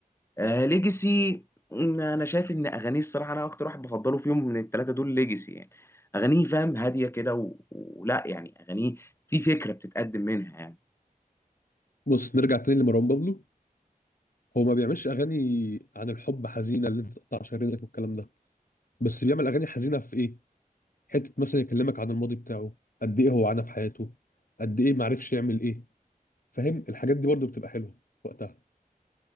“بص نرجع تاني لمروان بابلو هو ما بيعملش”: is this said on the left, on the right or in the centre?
Left